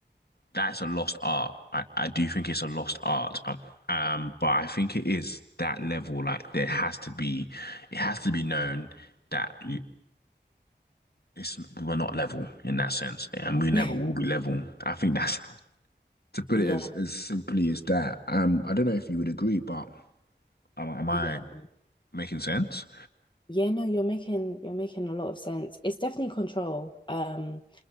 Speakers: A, on the left (about 60°); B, on the left (about 25°).
A: that's a lost art. I, I do think it's a lost art. Um, um, but I think it is that level. Like there has to be, it has to be known that you, it's we're not level in that sense, and we never
B: <laughs>
A: will be level. I think that's <laughs> to put
B: Yeah,
A: it as, as simply as that. Um, I don't know if you would agree, but am, am I
B: yeah.
A: making sense?
B: Yeah, no, you're making you're making a lot of sense. It's definitely control. Um,